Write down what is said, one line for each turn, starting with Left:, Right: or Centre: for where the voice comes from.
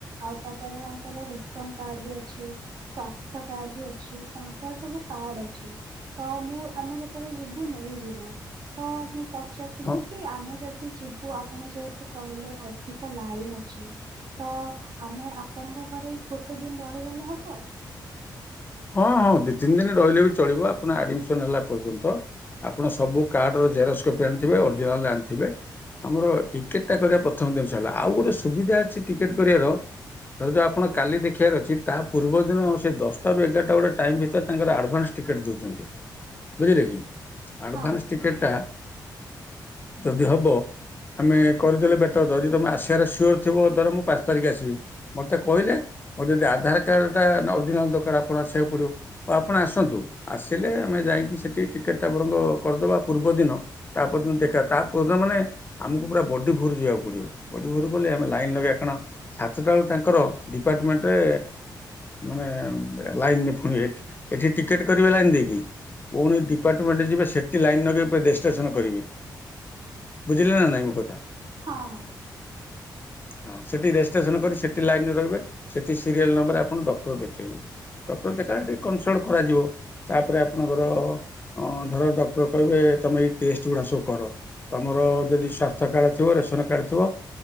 Right: ଆଉ ତାପରେ ଆଙ୍କର ରା ରାସନ କାର୍ଡ ବି ଅଛି। ସ୍ଵାସ୍ଥ୍ୟ କାର୍ଡ ବି ଅଛି। ତାଙ୍କର ସବୁ କାର୍ଡ ଅଛି। ତ ମୁଁ ଆମେ ଯେତେବେଳେ ଯିବୁ ନେଇ ଯିବୁ। ତ ମୁଁ ଥିଲ
Left: ହଁ
Right: କି ଆମେ ଯଦି ଯିବୁ ଆପଣ ଯେହେତୁ କହିଲେ ଅଧିକ ଲାଇନ ଅଛି। ତ ଆମେ ଆପଣଙ୍କ ଘରେ ଗୋଟେ ଦିନ ରହିଗଲେ ହବ।
Left: ହଁ ହଁ ଦି ତିନି ଦିନ ରହିଲେ ବି ଚଳିବ ଆପଣ ଆଡମିସନ ହେଲା ପର୍ଯ୍ୟନ୍ତ। ଆପଣ ସବୁ କାର୍ଡ ର ଜେରକ୍ସ କପି ଆଣିଥିବେ ଅରିଜିନାଲ ଆଣିଥିବେ। ଆମର ଟିକେଟ ଟା କରିବା ପ୍ରଥମ ଜିନିଷ ହେଲା ଆଉ ଗୋଟେ ସୁବିଧା ଅଛି ଟିକେଟ କରିବାର। ଧର ଯୋଉ ଆପଣ କାଲି ଦେଖିବାର ଅଛି ତା ପୂର୍ବ ଦିନ ସେ ଦଶ ଏଗାରଟା ବେଳେ ଟାଇମ୍ ଭିତରେ ତାଙ୍କର ଆଡଭାନ୍ସ ଟିକେଟ୍ ଦଉଛନ୍ତି ବୁଝିଲେ କି। ଆଡଭାନ୍ସ
Right: ହଁ
Left: ଟିକେଟ ଟା ଯଦି ହବ ଆମେ କରିଦେଲେ ବେଟର ଧର ଯଦି ତୁମେ ଆସିବାର ସିଓର ଥିବ ଧର ମୁଁ ପାଞ୍ଚ ତାରିଖ ଆସିବି। ମତେ କହିଲେ ମୋର ଯଦି ଆଧାର କାର୍ଡ ଟା ଅରିଜିନାଲ ଦରକାର ଆପଣ ସେ ପଡିବ। ଆପଣ ଆସନ୍ତୁ ଆସିଲେ ଆମେ ଯାଇକି ସେଠି ଟିକେଟ ଟାପର କରିଦବା ପୂର୍ବ ଦିନ। ତାପର୍ଯ୍ୟନ୍ତ ଦେଖା ତାପର୍ଯ୍ୟନ୍ତ ମାନେ ଆମକୁ ପୁରା ବଡି ଭୋରୁ ଯିବାକୁ ପଡିବ। ବଡି ଭୋରୁ କଲେ ଆମେ ଲାଇନ ଲଗେଇବା କଣ ସାତଟା ବେଳେ ତାଙ୍କର ଡିପାର୍ଟମେଣ୍ଟରେ ମାନେ ଲାଇନରେ ପୁଣି ଏଠି ଏଠି ଟିକେଟ କରିବେ ଲାଇନ ଦେଇକି। ପୁଣି ଡିପାର୍ଟମେଣ୍ଟ ଯିବେ ସେଠି ଲାଇନ ନଗେଇ ପୁଣି ରେଜିଷ୍ଟ୍ରେସନ କରିବେ। ବୁଝିଲେ ନା ନାଇଁ ମୋ କଥା।
Right: ହଁ।
Left: <inaudible> ହଁ ସେଠି ରେଜିଷ୍ଟ୍ରେସନ କରି ସେଠି ଲାଇନ ରେ ରହିବେ। ସେଠି ସିରିଏଲ୍ ନମ୍ବରରେ ଆପଣ ଡକ୍ଟର ଦେଖେଇବେ। ଡକ୍ଟର ଦେଖା ସେଠି କନସଲ୍ଟ କରାଯିବ। ତାପରେ ଆପଣଙ୍କର ଅ ଧର ଡକ୍ଟର କହିବେ ତମେ ଏଇ ଟେଷ୍ଟ ଗୁଡା ସବୁ କର। ତମର ଯଦି ସ୍ଵାସ୍ଥ୍ୟ କାର୍ଡ ଥିବ ରେସନ କାର୍ଡ ଥିବ।